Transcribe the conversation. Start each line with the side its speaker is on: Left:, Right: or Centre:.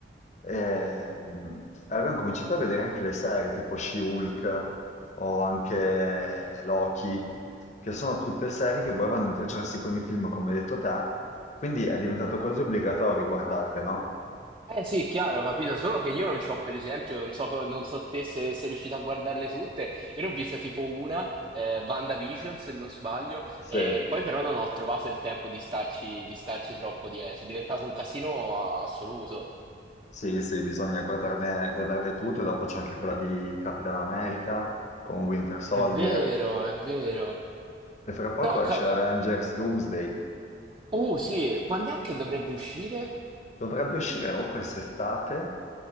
Left: ehm, e avevo cominciato a vedere anche le serie tipo She-Hulk o anche Loki, che sono tutte serie che poi vanno a intrecciarsi con i film, come hai detto te, quindi è diventato quasi obbligatorio guardarle, no?
Right: Eh sì, chiaro, ho capito, solo che io non ci ho, per esempio, non so, co- non so te se sei riuscito a guardarle tutte, io ne ho vista tipo una, eh, WandaVision se non sbaglio,
Left: Sì.
Right: e poi però non ho trovato il tempo di starci, di starci troppo dietro, è diventato un casino a- assoluto.
Left: Sì, sì, bisogna guardarne, guardarle tutte, dopo c'è anche quella di Capitan America con Winter Soldier
Right: È vero, è vero.
Left: e fra poco
Right: No, ca-
Left: esce Avengers Doomsday.
Right: uh sì, quando è che dovrebbe uscire?
Left: Dovrebbe uscire o quest'estate